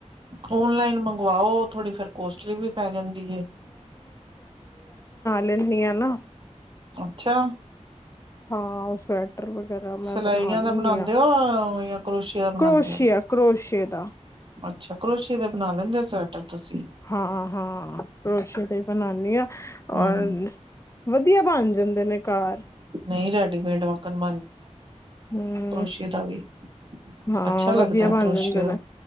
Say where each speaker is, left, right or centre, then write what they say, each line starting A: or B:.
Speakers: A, on the right; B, on the left.
A: ਔਨਲਾਈਨ ਮੰਗ ਵਾਓ ਥੋੜ੍ਹੀ ਫੇਰ ਕੋਸਟਲੀ ਵੀ ਪੈ ਜਾਂਦੀ ਹੇ।
B: ਲੈਂਨੀ ਆ ਨਾ
A: ਅੱਛਾ,
B: ਹਾਂ ਇਸ ਵਾਰ, ਟਰ ਵਗੈਰਾ ਮੈਂ
A: ਸਿਲਾਈਆਂ
B: ਬਣਾ ਲੈਂਨੀ
A: ਦਾ ਬਣਾਉਂਦੇ
B: ਹਾਂ,
A: ਹੋ ਜਾਂ ਕਰੋਸ਼ੀਆ ਦਾ ਬਣਾਉਂਦੇ
B: ਕਰੋਸ਼ੀਆ
A: ਹੋ
B: ਕਰੋਸ਼ੀਏ ਦਾ।
A: ਅੱਛਾ ਕਰੋਸ਼ੀ ਦੇ ਬਣਾ ਲੈਂਦੇ ਹੋ ਸਵੈਟਰ ਤੁਸੀਂ।
B: ਹਾਂ ਹਾਂ ਕਰੋਸ਼ੀ ਦੇ ਹੀ ਬਣਾਉਾਨਣੀ ਹਾਂ।
A: ਹਮ
B: ਔਰ ਵਧੀਆ ਬਣ ਜਾਂਦ ਦਿਨਕਾਰ <unintelligible>
A: ਨਹੀਂ ਰੈਡੀਮੇਡ ਵਕਨ
B: ਹਮ
A: ਕਰੋਸ਼ੀਆਂ ਦਾ ਵੀ
B: ਹਾਂ
A: ਅੱਛਾ ਲੱਗਦਾ
B: ਵਧੀਆ ਬਣ
A: ਕਰੋਸ਼ੀਆਂ
B: ਜਾਂਦੇ ਨੇ